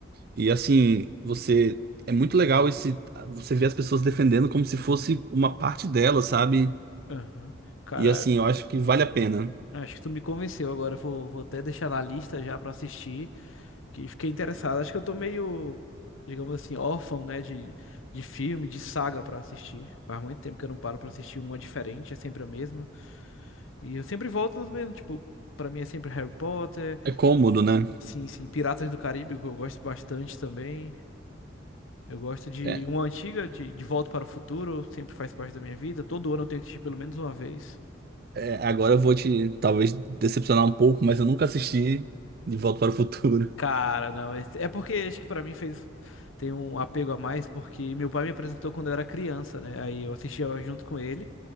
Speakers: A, on the right; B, on the left.
A: e assim, você. É muito legal esse. Você vê as pessoas defendendo como se fosse uma parte delas, sabe?
B: Aham. Cara,
A: E assim, eu acho que vale a pena.
B: acho que tu me convenceu agora. Vou, vou até deixar na lista já pra assistir, que fiquei interessado. Acho que eu tô meio, digamos assim, órfão, né, de, de filme, de saga pra assistir. Faz muito tempo que eu não paro pra assistir uma diferente, é sempre a mesma. E eu sempre volto nos mesmos, tipo, pra mim é sempre Harry Potter,
A: É cômodo, né?
B: sim, sim, Piratas do Caribe, que eu gosto bastante também. Eu gosto de
A: É,
B: uma antiga, de, de Volta para o Futuro, sempre faz parte da minha vida. Todo ano eu tenho que assistir pelo menos uma vez.
A: é, agora eu vou te, talvez, decepcionar um pouco, mas eu nunca assisti De Volta para o Futuro.
B: Cara, não. esse- É porque acho que pra mim fez. Tem um apego a mais, porque meu pai me apresentou quando eu era criança, né? Aí eu assistia junto com ele